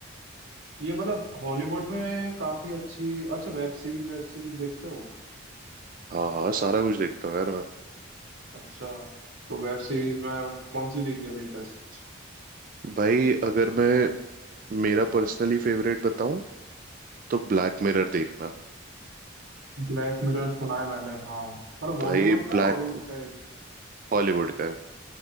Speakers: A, on the right; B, on the right.
A: ये मतलब हॉलीवुड में काफी अच्छी अच्छा वेब सीरीज वेब सीरीज देखते हो
B: हाँ हाँ सारा कुछ देखता हूँ यार मैं
A: अच्छा तो वेब सीरीज में कौन सी देखी है लेटेस्ट
B: भाई अगर मैं मेरा पर्सनली फेवरेट बताऊं तो ब्लैक मिरर देखना
A: ब्लैक मिरर सुना है मैंने हाँ मतलब बॉलीवुड
B: भाई
A: का है
B: ब्लैक
A: हॉलीवुड का है
B: हॉलीवुड का है